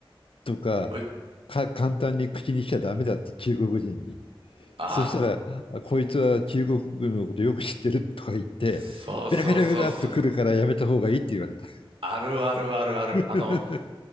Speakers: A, on the left (about 70°); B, on the right (about 70°).
A: とか、
B: よ
A: か、簡単に口にしちゃダメだって中国人に。
B: あ
A: そしたら、あこいつは中国軍のことよく知ってるとか言って、
B: そうそうそうそう。
A: ベラベラベラっと来るからやめた方がいいって言われた。
B: あるあるあるある。
A: <laughs>
B: あの、